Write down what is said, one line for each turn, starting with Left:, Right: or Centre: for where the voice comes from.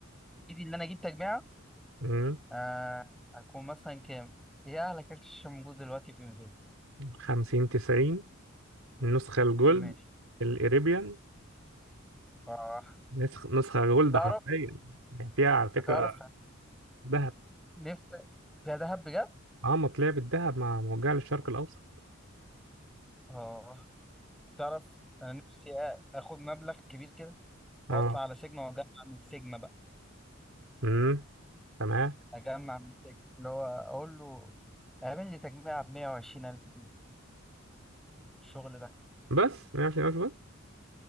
Centre: إيدي إن أنا أجيب تجميعة
Right: امم
Centre: آه هكون مثلا كام؟ هي أعلى كارت شاشة موجود دلوقتي في انفيديا
Right: خمسين تسعين النسخة الجولد
Centre: ماشي
Right: الاريبيان
Centre: اه
Right: نسخ نسخة جولد
Centre: تعرف
Right: حرفيا يعني فيها على فكرة
Centre: تعرف
Right: ذهب
Centre: نفسي فيها دهب بجد؟
Right: اه مطلع بالذهب مع موجهة للشرق الاوسط
Centre: اه تعرف أنا نفسي آ- آخد مبلغ كبير كده
Right: اه
Centre: وأطلع على سيجما وأجمع من سيجما بقى
Right: امم تمام
Centre: أجمع من سيجما اللي هو أقول له اعمل لي تجميعة ب 120 ألف جنيه الشغل ده
Right: بس 120 الف بس